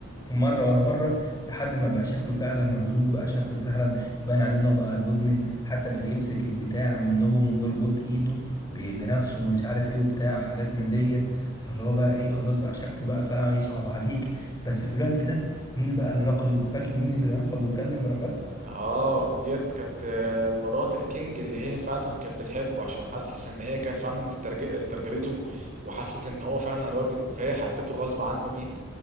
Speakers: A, on the left (about 20°); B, on the right (about 35°).
A: مرة ورا مرة لحد ما بقى شكله فعلا مرزوق بقى شكله فعلا بان عليه انه بقى مدمن حتى بقى يمسك البتاع منهم ويربط ايده ب- بنفسه ومش عارف ايه وبتاع حاجات من دي فاللي هو بقى ايه خلاص بقى شكله بقى فعلا يصعب عليك بس في الوقت ده مين بقى اللي نقذه فاكر مين اللي نقذه وكلم بركات
B: اه ديت كانت آه، مرات الكينج اللي هي فعلا كانت بتحبه عشان حاسس ان هي كانت فعلا استرج- استرجلته وحست ان هو فعلا راجل فهي حبته غصب عنه مين